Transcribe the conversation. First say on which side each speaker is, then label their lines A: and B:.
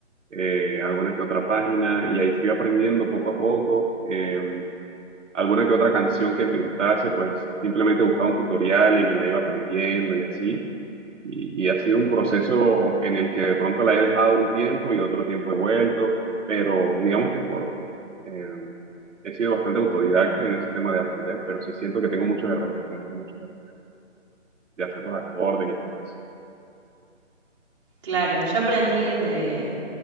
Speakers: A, on the right (about 80°); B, on the right (about 25°).
A: eh, alguna que otra página y ahí fui aprendiendo poco a poco. em, alguna que otra canción que me gustase, pues simplemente buscaba un tutorial y me la iba aprendiendo y así. Y, y ha sido un proceso en el que de pronto la he dejado un tiempo y otro tiempo he vuelto, pero digamos que por, eh, he sido bastante autodidacta en ese tema de aprender, pero sí siento que tengo muchos errores, cometo muchos errores de hacer los acordes y todo eso.
B: Claro, yo aprendí desde,